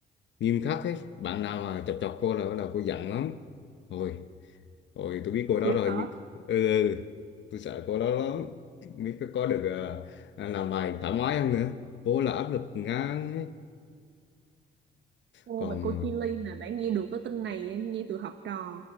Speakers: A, on the left; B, on the right.
A: nghiêm khắc hết bạn nào mà chọc chọc cô là bắt đầu cô giận lắm rồi rồi tôi biết cô đó
B: thiệt
A: rồi
B: hả
A: nhưng ừ, ừ tôi sợ cô đó lắm Không biết có, có được à, làm bài thoải mái không nữa cô là áp lực ngang ấy.
B: Cô
A: còn
B: và cô Chi Ly nè, bạn nghe được cái tin này á, nghe từ học trò